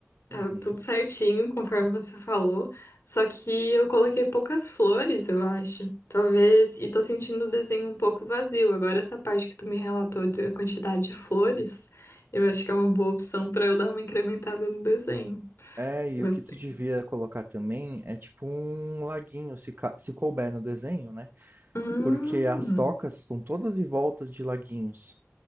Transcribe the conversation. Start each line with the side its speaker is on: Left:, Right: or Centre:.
Left: Tá
Right: Uhum.
Left: tudo certinho, conforme você falou. Só que eu coloquei poucas flores, eu acho. Talvez. E tô sentindo o desenho um pouco vazio. Agora, essa parte que tu me relatou da quantidade de flores, eu acho que é uma boa opção pra eu dar uma incrementada no desenho.
Right: É, e
Left: Gostei.
Right: o que tu devia colocar também é tipo um laguinho, se, ca- se couber no desenho, né?
Left: Hum,
Right: Porque as tocas são todas em voltas de laguinhos.